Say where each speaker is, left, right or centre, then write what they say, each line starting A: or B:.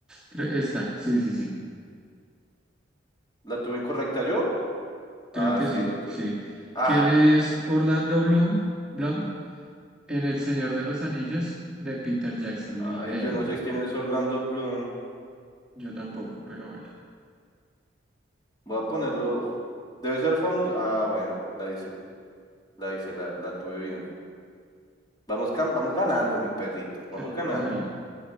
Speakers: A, in the centre; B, on the left.
A: cre- esta, sí, sí, sí.
B: ¿La tuve incorrecta yo?
A: Creo
B: Ah,
A: que
B: sí,
A: sí,
B: la tuve.
A: sí.
B: Ah,
A: ¿Quién es Orlando Bloom, Bloom en El Señor de los Anillos de Peter Jackson? Ni idea,
B: ay, yo no
A: güey.
B: sé quién es Orlando Bloom.
A: Yo tampoco, pero bueno.
B: Voy a ponerlo. Debe ser famoso. Ah, bueno, la hice. La hice, la, la tuve bien. Vamos, cam- vamos ganando, mi perrito.
A: ¿Qué?
B: Vamos ganando.
A: Hágale.